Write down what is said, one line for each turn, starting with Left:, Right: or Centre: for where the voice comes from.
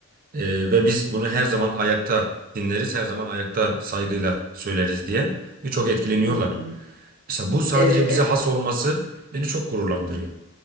Right: e, ve biz bunu her zaman ayakta dinleriz, her zaman ayakta saygıyla söyleriz diye ve çok etkileniyorlar.
Left: hı, hı.
Right: Mesela bu sadece
Left: Evet, evet.
Right: bize has olması beni çok gururlandırıyor.